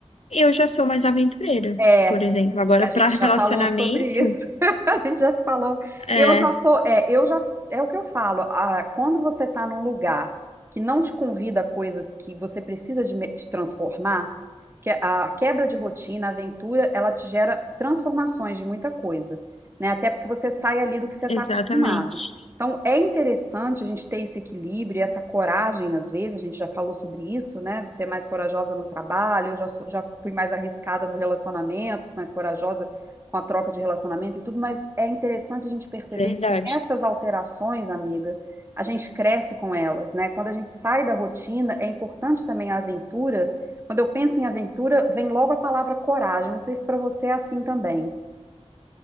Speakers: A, on the left; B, on the right.
A: eu já sou mais aventureira,
B: é.
A: por exemplo. Agora,
B: A gente
A: para relacionamento,
B: já falou sobre isso. <laughs> A gente já falou.
A: é,
B: Eu já sou, é, eu já, é o que eu falo. Ah, quando você está num lugar que não te convida a coisas que você precisa de, me- de transformar, que a quebra de rotina, a aventura, ela te gera transformações de muita coisa, né? Até porque você sai ali do que você
A: exatamente.
B: está acostumado. Então, é interessante a gente ter esse equilíbrio, e essa coragem, às vezes, a gente já falou sobre isso, né? Você é mais corajosa no trabalho, eu já, sou- já fui mais arriscada no relacionamento, mais corajosa com a troca de relacionamento e tudo, mas é interessante a gente perceber
A: Verdade.
B: que essas alterações, amiga, a gente cresce com elas, né? Quando a gente sai da rotina, é importante também a aventura. Quando eu penso em aventura, vem logo a palavra coragem. Não sei se para você é assim também.